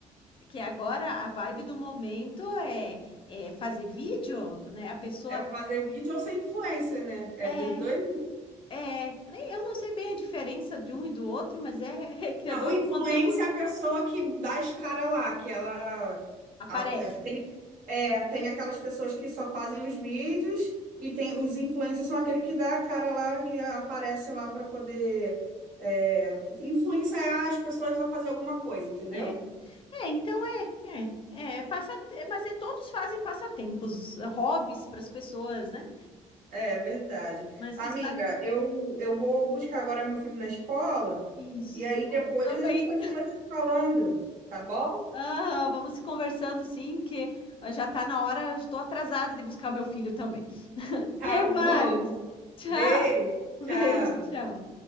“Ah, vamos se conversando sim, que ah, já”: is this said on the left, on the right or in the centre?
Left